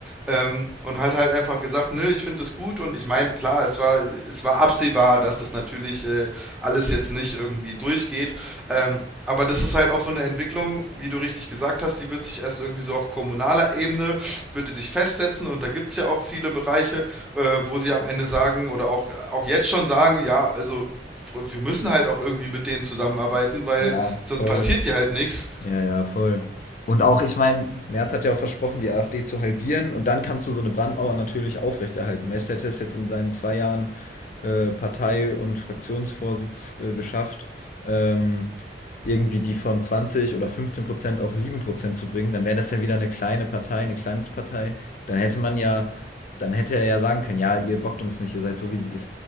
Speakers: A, in the centre; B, on the left (about 45°).
A: ähm, und hat halt einfach gesagt, nö, ich finde es gut und ich meine, klar, es war, es war absehbar, dass das natürlich äh, alles jetzt nicht irgendwie durchgeht. Ähm, aber das ist halt auch so eine Entwicklung, wie du richtig gesagt hast, die wird sich erst irgendwie so auf kommunaler Ebene, wird die sich festsetzen und da gibt es ja auch viele Bereiche, äh, wo sie am Ende sagen oder auch, auch jetzt schon sagen, ja, also fr- wir müssen halt auch irgendwie mit denen zusammenarbeiten, weil
B: ja,
A: sonst
B: voll.
A: passiert hier halt nichts.
B: Ja, ja, voll. Und auch, ich meine, Merz hat ja auch versprochen, die AfD zu halbieren und dann kannst du so eine Brandmauer natürlich aufrechterhalten. Weißt du, hätte es jetzt in seinen zwei Jahren äh, Partei- und Fraktionsvorsitz äh, geschafft, ähm, irgendwie die von 20 oder 15 Prozent auf 7 Prozent zu bringen, dann wäre das ja wieder eine kleine Partei, eine Kleinstpartei. Dann hätte man ja, dann hätte er ja sagen können, ja, ihr bockt uns nicht, ihr seid so wie die, <laughs> ihr